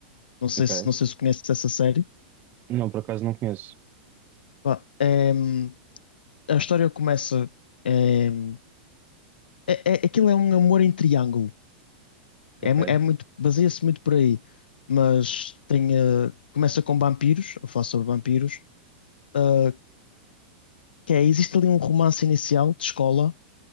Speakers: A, on the left; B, on the right.
A: Não sei
B: Ok?
A: se, não sei se conheces essa série.
B: Não, por acaso não conheço.
A: Pá, é, hum, a história começa. é, hum, É, é, aquilo é um amor em triângulo.
B: Ok?
A: É, mu- é muito, baseia-se muito por aí. Mas tem, eh, começa com vampiros, a falar sobre vampiros, eh, que é, existe ali um romance inicial de escola